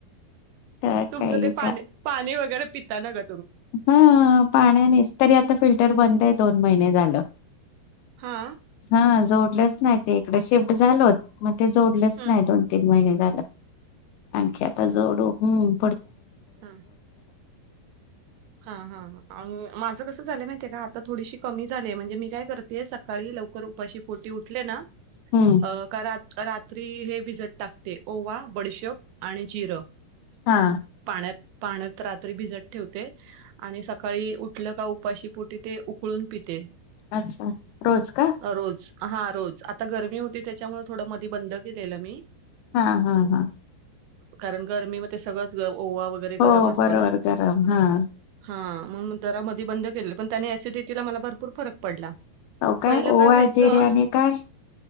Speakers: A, on the left; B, on the right.
A: तर
B: तुमचं
A: काही
B: ते पाणी पाणी वगैरे पिताना ग
A: हा पाण्यानेच तरी आता फिल्टर बंद आहे दोन महिने झालं
B: हां,
A: हा जोडलंच नाही ते इकडे शिफ्ट झालोच मग ते जोडलंच
B: हं.
A: नाही दोन तीन महिने झालं आणखी आता जोडू हम्
B: हा हा हा आणि माझं कस झालं माहि माहितेय का आता थोडीशी कमी झाली म्हणजे मी काय करतेय सकाळी लवकर उपाशी पोटी उठले ना
A: हम्म
B: अ का रात रात रात्री हे भिजत टाकते ओवा बडीशोप आणि जिरं
A: हा
B: पाण्यात पाण्यात रात्री भिजत ठेवते आणि सकाळी उठलं का उपाशीपोटी ते उक उकळून प ते
A: अच्छा रोज का?
B: रोज हा रोज आता गरमी होती त्याच्यामुळे थोडं मधी बंद केलेलं मी
A: हा हा हा
B: कारण गरमी म ते सगळंच ओवा वगैरे
A: हो
B: गरम असतो
A: बरोबर
B: ना
A: गरम हां.
B: हा म्हणून जरा मधी बंद केले पण त्यानी अँसिडिटीला मला भरपूर फरक पडला
A: हो
B: पहिलं
A: ओवा
B: काय व्हायचं
A: जिरे आणि काय